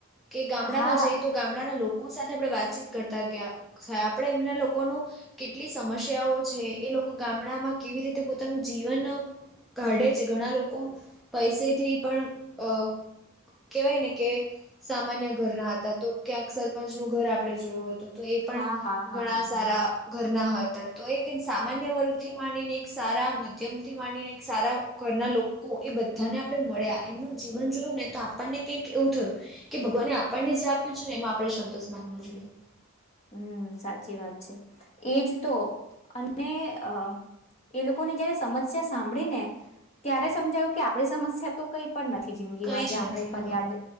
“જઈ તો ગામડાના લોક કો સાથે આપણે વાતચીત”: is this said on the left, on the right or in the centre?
Centre